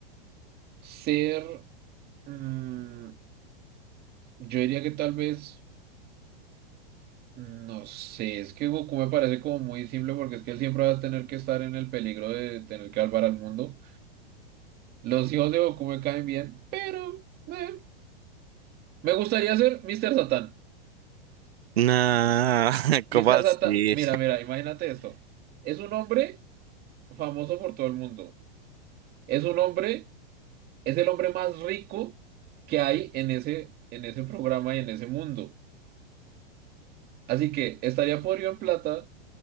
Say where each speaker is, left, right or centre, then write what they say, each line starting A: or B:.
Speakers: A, on the right; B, on the right.
A: ser, mm, yo diría que tal vez, no sé, es que Goku me parece como muy simple porque es que él siempre va a tener que estar en el peligro de tener que salvar al mundo. Los hijos de Goku me caen bien, pero eh, me gustaría ser Mr. Satan.
B: no, <laughs>
A: Mr.
B: ¿cómo así?
A: Satan, mira, mira, imagínate esto. Es un hombre famoso por todo el mundo. Es un hombre es el hombre más rico que hay en ese, en ese programa y en ese mundo. Así que estaría podrido en plata,